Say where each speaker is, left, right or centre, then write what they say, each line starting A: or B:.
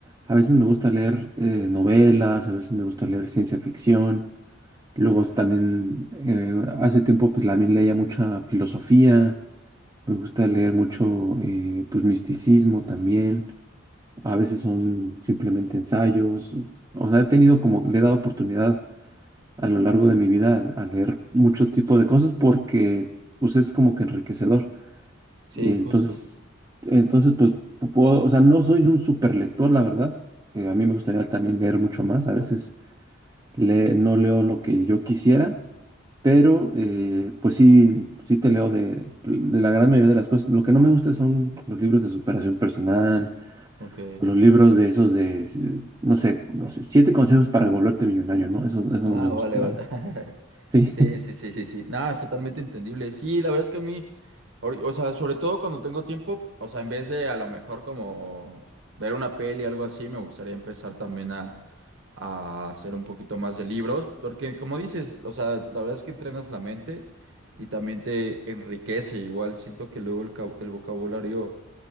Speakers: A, on the right; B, on the right.
A: A veces me gusta leer eh, novelas, a veces me gusta leer ciencia ficción. Luego también, eh, hace tiempo, pues también leía mucha filosofía. Me gusta leer mucho, eh, pues misticismo también. A veces son simplemente ensayos. O sea, he tenido como, le he dado oportunidad a lo largo de mi vida a leer mucho tipo de cosas porque, pues es como que enriquecedor.
B: Sí,
A: Y entonces,
B: justo.
A: entonces, pues puedo, o sea, no soy un super lector, la verdad. Eh, a mí me gustaría también leer mucho más. A veces le- no leo lo que yo quisiera, pero eh, pues sí, sí te leo de, de la gran mayoría de las cosas. Lo que no me gusta son los libros de superación personal,
B: Ok.
A: o los libros de esos de, eh, no sé, no sé, siete consejos para volverte millonario, ¿no? Eso, eso
B: Ah,
A: no me gusta,
B: vale,
A: la
B: vale.
A: verdad.
B: <laughs>
A: Sí,
B: Sí, sí, sí, sí, sí. Nada, es totalmente entendible. Sí, la verdad es que a mí, ahori- o sea, sobre todo cuando tengo tiempo, o sea, en vez de a lo mejor como ver una peli o algo así, me gustaría empezar también a, a hacer un poquito más de libros, porque como dices, o sea, la verdad es que entrenas la mente y también te enriquece. Igual siento que luego el, ca- el vocabulario